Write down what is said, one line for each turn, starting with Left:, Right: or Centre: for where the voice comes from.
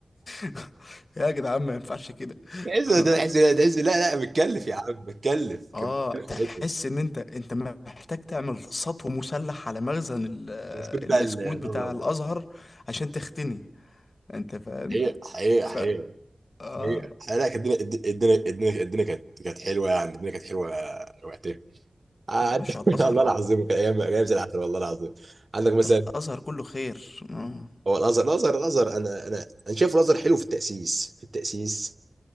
Left: <laughs> يا جدعان ما ينفعش كده
Right: عز
Left: <laughs>
Right: ده عز ده عز لا لا متكلف يا عم متكلف
Left: اه
Right: كان متكلف
Left: تحس
Right: تعبه
Left: ان انت انت محتاج تعمل سطو مسلح على مخزن ال-
Right: بس كنت بتاع
Left: البسكوت
Right: النظر
Left: بتاع
Right: ده
Left: الازهر عشان تختني انت فاهم
Right: حقيقة حقيقة
Left: ف
Right: حقيقة
Left: اه
Right: حقيقة حقيقة لا، كانت الدنيا الدنيا الدنيا الدنيا كانت كانت حلوة يعني الدنيا كانت حلوة وقتها عاد-
Left: يا باشا الازهر
Right: الله <laughs> العظيم كان أيام أيام زي العسل والله العظيم عندك مثلا
Left: الازهر كله خير آه.
Right: هو الأزهر الأزهر الأزهر أنا أنا أنا شايف الأزهر حلو في التأسيس في التأسيس